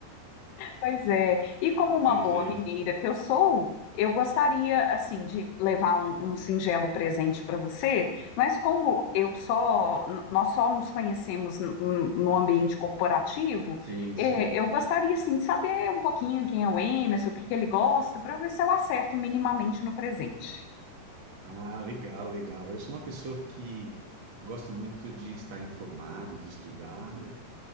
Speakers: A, on the left (about 90°); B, on the right (about 85°).
A: Pois é. E como
B: Não
A: uma
B: tem
A: boa
B: jeito.
A: mineira que eu sou, eu gostaria, assim, de levar um, um singelo presente para você, mas como eu só, n- nós só nos conhecemos n- n- no ambiente corporativo,
B: Sim,
A: eh,
B: sim.
A: eu gostaria, assim, de saber um pouquinho quem é o Emerson, o que que ele gosta, para ver se eu acerto minimamente no presente.
B: Ah, legal, legal. Eu sou uma pessoa que gosto muito de estar informado, de estudar, né?